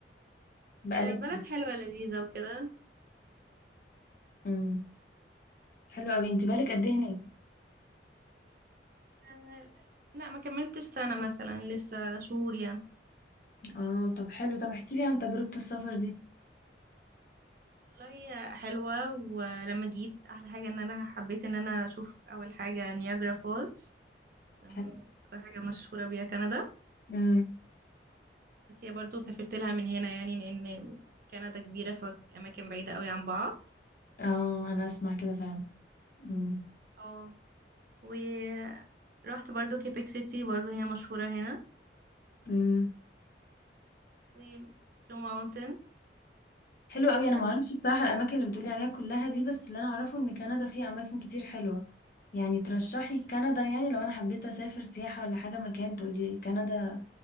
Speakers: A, on the left (about 50°); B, on the right (about 50°).
A: بقالك
B: آه، بلد حلوه لذيذه وكده
A: امم حلو قوي انت بقالك قد ايه هناك
B: آه، لا ما كملتش سنه مثلا لسه شهور يعني
A: اه طب حلو طب احكي لي عن تجربه السفر دي
B: والله هي حلوه ولما جيت احلى حاجه ان انا حبيت ان انا اشوف اول حاجه نياجرا فولز عشان
A: حلو
B: اكتر حاجه مشهوره بيها كندا
A: امم
B: بس هي برضو سافرت لها من هنا يعني لان كندا كبيره فاماكن بعيده قوي عن بعض
A: اه انا اسمع كده فعلا امم
B: اه ورحت برضو كيبك سيتي برضو هي مشهوره هنا
A: امم
B: وبلو ماونتن
A: حلو قوي انا
B: بس
A: ما اعرفش بصراحه الاماكن اللي بتقولي عليها كلها دي بس اللي انا اعرفه ان كندا فيها اماكن كتير حلوه يعني ترشحي كندا يعني لو انا حبيت اسافر سياحه ولا حاجه مكان تقولي كندا